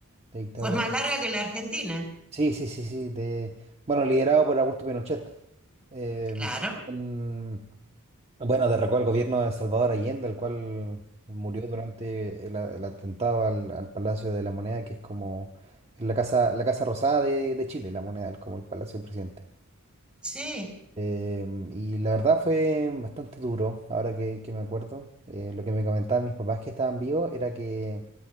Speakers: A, on the right; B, in the centre.
A: de dictadura.
B: Pues más larga que la Argentina,
A: Sí, sí, sí, sí. De, bueno, liderado por Augusto Pinochet. eh,
B: claro.
A: en- bueno, derrocó al gobierno de Salvador Allende, el cual murió durante el, a- el atentado al, al Palacio de la Moneda, que es como es la casa, la Casa Rosada de, de Chile, la Moneda, el- como el Palacio del Presidente.
B: Sí,
A: Em, y la verdad fue bastante duro, ahora que, que me acuerdo. Eh, lo que me comentaban mis papás que estaban vivos era que